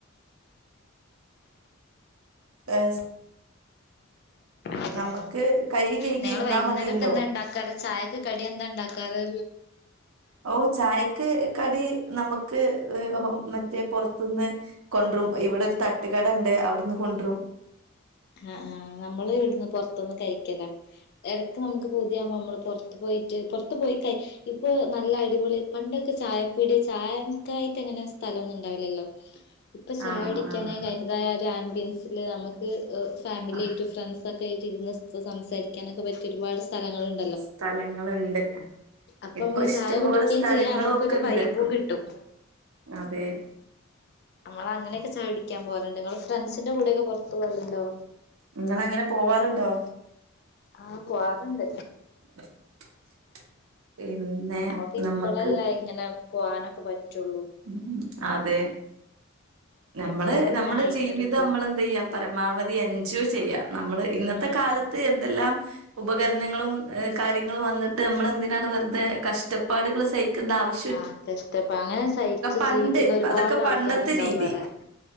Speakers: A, on the right; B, on the left.
A: എൻസ്
B: അതെയ
A: നമ്മക്ക് കൈ കഴുകി
B: നിങ്ങള്
A: ഇരുന്നാ
B: വൈകുന്നേരൊക്കെ
A: മതിയല്ലോ
B: എന്താ ഇണ്ടാക്കാറ് ചായക്ക്‌ കടി എന്താ ഇണ്ടാക്കാറ്.
A: ഓ ചായക്ക് കടി നമക്ക് മറ്റേ പുറത്തുന്ന് കൊണ്ട്രും ഇവിടെ ഒരു തട്ടുകട ഇണ്ട് അവിടുന്ന് കൊണ്ട്രും
B: ആഹ് ആഹ് നമ്മള് ഇവിടുന്ന് പൊറത്ത്ന്ന് കഴിക്കല എടക്ക് ന്നമക്ക് പുതിയാവുമ്പൊ നമ്മള് പൊറത്ത് പോയിറ്റ് പൊറത്ത് പോയികൈ ഇപ്പൊ നല്ല അടിപൊളി പണ്ടൊക്കെ ചായപ്പീട്യ ചായക്കായിട്ട് അങ്ങനെ സ്ഥലൊന്നും ഉണ്ടാവില്ലല്ലോ ഇപ്പൊ ചായ
A: ആഹ്
B: കുടിക്കാനായിട്ട്
A: ആഹ്
B: അയിന്റെ അതായ ഒരു ആമ്പ്യൻസിൽ നമുക്ക് എഹ് ഫാമിലിയേറ്റും
A: ആഹ്
B: ഫ്രണ്ട്സൊക്കെ ആയ്റ്റും ഇരുന്ന് സംസാരിക്കാനൊക്കെ പറ്റിയ ഒരുപാട് സ്ഥലങ്ങള്ണ്..
A: സ്ഥലങ്ങളുണ്ട്
B: അപ്പൊ
A: ഇപ്പൊ
B: നമുക്ക്
A: ഇഷ്ടംപോലെ
B: ചായ കുടിക്കുകയും
A: സ്ഥലങ്ങളും
B: ചെയ്യാം നമുക്കൊരു
A: ഒക്കെ ഇണ്ട്
B: വൈബും കിട്ടും
A: അതെ
B: നമ്മള അങ്ങനൊക്കെ ചായുടിക്കാൻ പോവാറുണ്ട് നിങ്ങള് ഫ്രണ്ട്സിന്റെ കൂടൊക്കെ പൊറത്ത് പോവലുണ്ടോ?
A: നിങ്ങളങ്ങനെ പോവാറുണ്ടോ
B: ആഹ് പോവാറുണ്ട്
A: <inaudible> പിന്നെ
B: നമുക്ക് ഇപ്പളല്ല
A: നമ്മക്ക്
B: ഇങ്ങനെ പോകാനൊക്കെ പറ്റുള്ളൂ
A: ഉം അതെ നമ്മള്
B: എപ്പോഴും അങ്ങനെ
A: നമ്മുടെ
B: ആയിന്ന്
A: ജീവിതം
B: വരൂലല്ലോ
A: നമ്മള് എന്ത് ചെയ്യാ പരമാവധി എൻജോയ് ചെയ്യാം നമ്മള് ഇന്നത്തെ
B: ആഹ്
A: കാലത്ത്
B: അതെ
A: എന്തെല്ലാം ഉപകരണങ്ങളും കാര്യങ്ങളും വന്നിട്ട് നമ്മൾ എന്തിനാണ് വെറുതെ കഷ്ടപ്പാടുകൾ സഹിക്കുന്ന ആവശ്യ
B: ആഹ് കഷ്ടപ്പാട് അങ്ങനെ സഹിച്ച്
A: പണ്ട്
B: ജീവിക്കുന്ന ഒരുപാട്
A: അതൊക്കെ
B: ആൾക്കാരുണ്ടാവും
A: പണ്ടത്തെ രീതി.
B: വേറെ